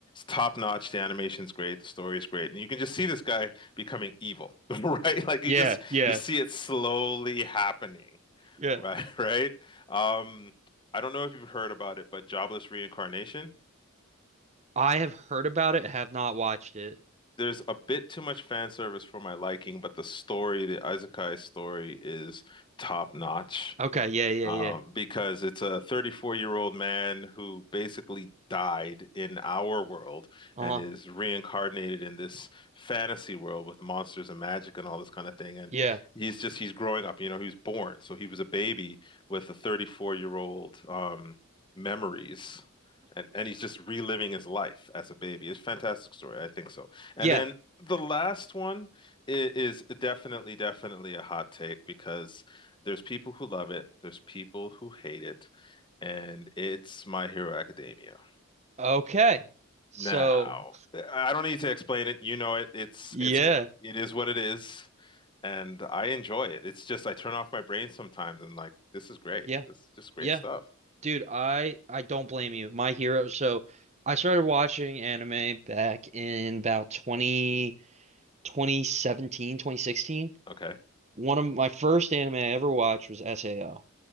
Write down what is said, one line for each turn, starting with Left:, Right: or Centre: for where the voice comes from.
Left: top notch the animation's great the story is great and you can just see this guy becoming evil <laughs> right like you
Right: Yeah,
Left: just
Right: yeah,
Left: you see it slowly happening
Right: yeah.
Left: Right, <laughs> right. Um, I don't know if you've heard about it, but Jobless Reincarnation.
Right: I have heard about it, have not watched it.
Left: There's a bit too much fan service for my liking, but the story, the Isekai story, is top notch.
Right: Okay, yeah, yeah,
Left: um,
Right: yeah.
Left: because it's a 34-year-old man who basically died in our world
Right: Uh-huh.
Left: and is reincarnated in this fantasy world with monsters and magic and all this kind of thing. And
Right: Yeah.
Left: he's just he's growing up. You know, he was born, so he was a baby with the 34-year-old um, memories. And, and he's just reliving his life as a baby. It's a fantastic story, I think so. And
Right: Yeah.
Left: then the last one i- is definitely, definitely a hot take because there's people who love it, there's people who hate it, and it's My Hero Academia.
Right: Okay. So,
Left: Now, I don't need to explain it. You know it. It's
Right: yeah.
Left: it's it is what it is, and I enjoy it. It's just I turn off my brain sometimes and like this is great.
Right: Yeah.
Left: This is just great
Right: Yeah.
Left: stuff.
Right: Dude, I I don't blame you. My Hero. So I started watching anime back in about 20 twenty seventeen 2016.
Left: Okay.
Right: One of my first anime I ever watched was SAO.